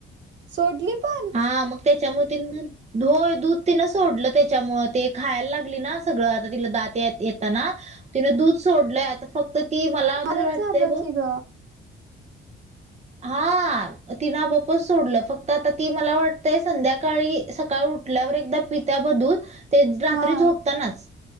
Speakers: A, on the right; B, on the right.
A: सोडली पण.
B: हा मग तेच्यामुळे तिनं म होय दूध तिनं सोडलं तेच्यामुळे ते खायला लागली ना सगळं आ तिला दात यात येताना तिने दूध सोडलंयता फक्त ती मला
A: बरंच
B: तरी वाटतेय
A: झालं
B: ब.
A: की ग
B: हा तिनं आपपच सोडलं फक्त आता ती मला वाटतेय संध्याकाळी सकाळी उठल्यावर एकदा पित्या ब दूध. ते रात्री
A: हा
B: झोपतानाच